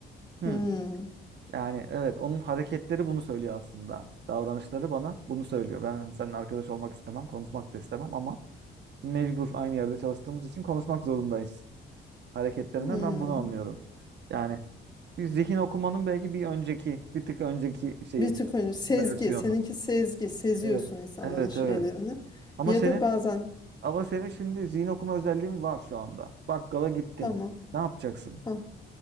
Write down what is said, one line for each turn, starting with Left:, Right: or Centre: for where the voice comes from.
Right: Hmm.
Left: Hmm.
Right: Yani evet onun hareketleri bunu söylüyor aslında. Davranışları bana bunu söylüyor. Ben hani, seninle arkadaş olmak istemem, konuşmak da istemem ama mecbur aynı yerde çalıştığımız için konuşmak zorundayız. Hareketlerinden
Left: Hmm.
Right: ben bunu anlıyorum. Yani bir zihin okumanın belki bir önceki, bir tık önceki şeyi,
Left: Bir tık önce sezgi.
Right: versiyonu.
Left: Seninki sezgi. Seziyorsun
Right: Evet.
Left: insanların
Right: Evet,
Left: şeylerini.
Right: evet. Ama
Left: Ya
Right: senin
Left: da bazen
Right: ama senin şimdi zihin okuma özelliğin var şu anda. Bakkala gittin.
Left: tamam.
Right: Ne yapacaksın?
Left: Ha.